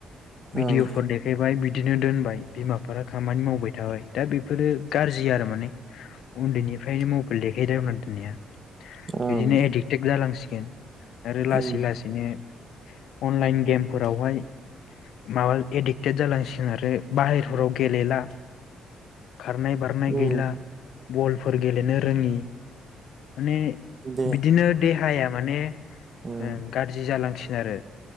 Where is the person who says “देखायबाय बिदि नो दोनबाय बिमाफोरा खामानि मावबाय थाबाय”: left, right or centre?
Left